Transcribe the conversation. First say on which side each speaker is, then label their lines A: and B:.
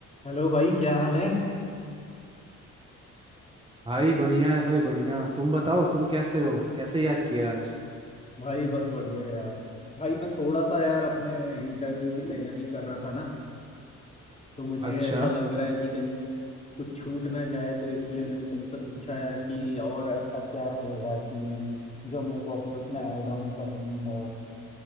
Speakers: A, on the left (about 25°); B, on the right (about 20°).
A: Hello भाई क्या हाल है
B: भाई बढ़िया है भाई बढ़िया तुम बताओ तुम कैसे हो कैसे याद किया आज
A: भाई बस बढ़िया है यार भाई मैं थोड़ा सा यार अपने इंटरव्यू की तैयारी कर रहा था ना तो मुझे
B: अच्छा
A: ऐसा लग रहा है कि कहीं कुछ छूट ना जाए तो इसलिए मैंने तुमसे पूछा यार कि और ऐसा क्या रहेगा कि जो मेरे को अपने उसमें ऐड ऑन करनी है